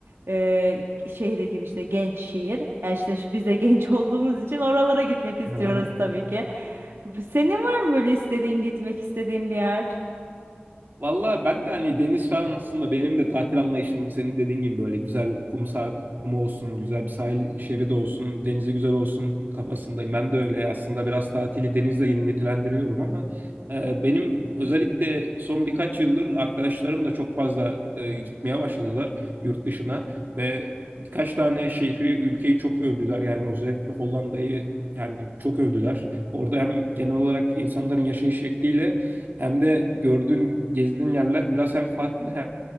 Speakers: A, on the right (about 75°); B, on the right (about 50°).
A: e, şehri gibi işte genç şehir. Yani işte şu- biz de genç <laughs> olduğumuz için oralara gitmek istiyoruz
B: Hı hı.
A: tabii ki. Senin var mı böyle istediğin gitmek istediğin bir yer?
B: Valla ben de hani deniz falan aslında benim de tatil anlayışım senin dediğin gibi böyle güzel kum, sah kum olsun, güzel bir sahil şeridi olsun, denize güzel olsun kafasındayım. Ben de öyle aslında biraz tatili denizle yenilendiriyorum ama e, benim özellikle son birkaç yıldır arkadaşlarım da çok fazla e, gitmeye başladılar yurt dışına ve birkaç tane şehri, ülkeyi çok övdüler. Yani özellikle Hollanda'yı yani çok övdüler. Orada hem genel olarak insanların yaşayış şekliyle Hem de gördüğün, gezdiğin yerler biraz hem farklı hem